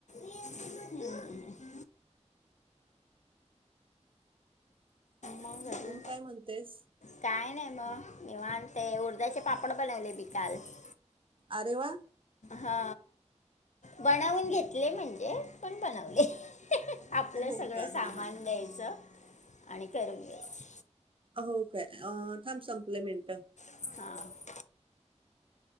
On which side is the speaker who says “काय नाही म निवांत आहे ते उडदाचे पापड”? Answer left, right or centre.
Left